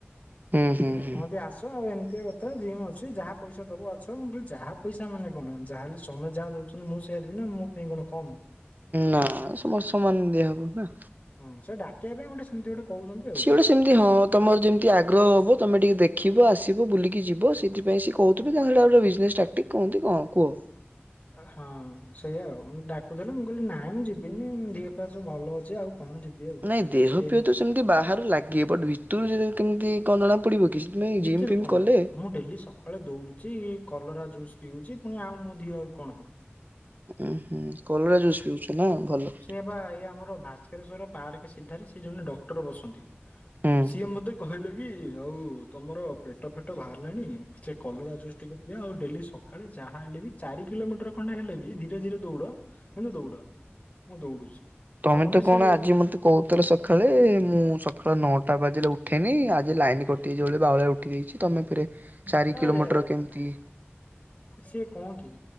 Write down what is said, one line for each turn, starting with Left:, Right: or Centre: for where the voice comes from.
Right: ହୁଁ ହୁଁ ହୁଁ
Left: କହନ୍ତି ଆସ ଆଉ ଏମିତି ତ ଜିମ ଅଛି ଯାହା ପଇସା ଦେବ ଅଛଁ ହ ଯାହା ପଇସା ମାନେ କଣ ଯାହାହେଲେ ସମୟ ଯାହା ଦେଉଛନ୍ତି ମୁଁ ସେଇା ଦେବି ନା ମୁଁ ଏ ଇ କମ୍
Right: ନା ସମତ ସମାନ ଦିହା ହବ ନା।
Left: ହଁ ସେ ଡାକିବା ପାଇଁ ଗୋଟେ ସେମତି ଗୋଟେ କହୁଛନ୍ତି ଆଉ
Right: ସିଏ
Left: କଣ।
Right: ଗୋଟେ ସେମିତି ହ ତୁମର ଯେମିତି ଆଗ୍ରହ ହବ ତମେ ଟିକେ ଦେଖିବ ଆସିବ ବୁଲିକି ଯିବ ସେଥିପାଇଁ ସେ କହୁଥିବ ନହେଲେ ବିଜନେସ୍ ଷ୍ଟାର୍ଟ ଟିକେ କୁହନ୍ତି କଣ କୁହ?
Left: ହଁ। ସେଇଆ ଆଉ ଡାକୁଥିଲେ ମୁଁ କହିଲି ନାଇଁ ମୁଁ ଯିବିନି ଦିହ ଫିଅ ସବୁ ଭଲ ଅଛି ଆଉ କଣ ଯିବି ଆଉ।
Right: ନାଇଁ ଦେହ
Left: ଏମିତି
Right: ଫିଅ ତ ସେମିତି ବାହାରୁ ଲାଗିିବ ବ ଭିତରୁ କେମିତି କଣ ଜଣା ପଡିବ କି? ସେଥିପାଇଁ ଜିମ୍
Left: ଭିତରୁ
Right: ଫିମ୍
Left: କଣ
Right: କଲେ
Left: ମୁଁ ଡେଲି ସ ସକାଳେ ଦଉଡୁଛି କଲରା ଜୁସ୍ ପିଉଛି ପୁଣି ଆଉ ମୋ ଦିଅ ଆଉ କଣ ହବ?
Right: ଉଁ ହୁଁ କଲରା ଜୁସ୍ ପିଉଛ ନା ଭଲ।
Left: ସେଏ ବା ଏଇ ଆମର ଭାସ୍କରେଶ୍ଵର ପାର୍କ ସିଧାରେ ସେ ଜଣେ ଡକ୍ଟର ବସନ୍ତି।
Right: ହୁଁ।
Left: ସିଏ ମତେ କହିଲେ କି ଆଉ ତମର ପେଟ ଫେଟ ବାହାରିଲାଣି ସେ କଲରାଜୁସ୍ ଟିକେ ଆଉ ଡେଲି ସକାଳେ ଯାହା ହେଲେ ବି ଚାରି କିଲୋମିଟର ଖଣ୍ଡେ ହେଲେ ବି ଧୀରେ ଧୀରେ ଦୌଡ କିନ୍ତୁ ଦୌଡ। ମୁଁ ଦୌଡୁଛି।
Right: ତମେ
Left: ଆଉ ମତେ
Right: ତ କଣ
Left: ସେ
Right: ଆଜି ମତେ କହୁଥିଲଥିଲେ ସକାଳେ ମୁଁ ସକାଳେ ନଅଟା ବାଜିଲେ ଉଠେଇନି ଆଜି ଲାଇନ କଟିଯାଇଛି ବୋଲି ବାଉଳିଆ ଉଠିଯାଇଛି ତମେ ପରେ ଚାରି କିଲୋମିଟର
Left: ଆରେ ଆରେ
Right: କେମିତି
Left: ଆରେ ସିଏ କହ କି